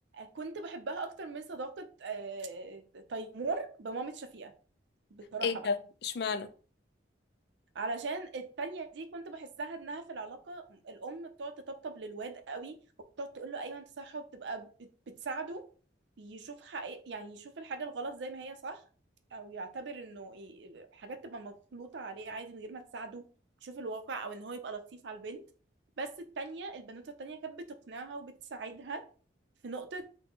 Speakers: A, on the right; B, on the left.
A: كنت بحبها اكتر من صداقة آه، تيمور بمامة شفيقة بصراحة
B: ايه
A: بقى
B: ده اشمعنى
A: علشان التانية دي كنت بحسها انها في العلاقة الام بتقعد تطبطب للواد قوي وبتقعد تقول له ايوه انت صح وبتبقى بت- بتساعده يشوف حقيقة يعني يشوف الحاجة الغلط زي ما هي صح او يعتبر انه ي- حاجات تبقى مغلوطة عليه عادي من غير ما تساعده يشوف الواقع او ان هو يبقى لطيف على البنت بس التانية البنوتة التانية كانت بتقنعها وبتساعدها في نقطة